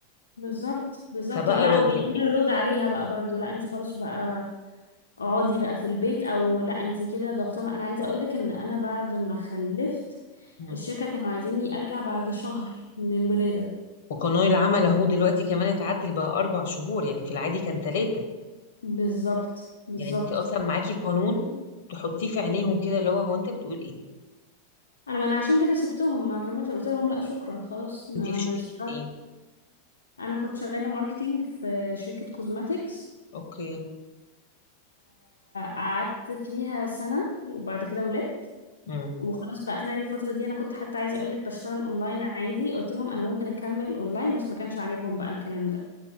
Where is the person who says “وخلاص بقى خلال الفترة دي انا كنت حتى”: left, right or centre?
Left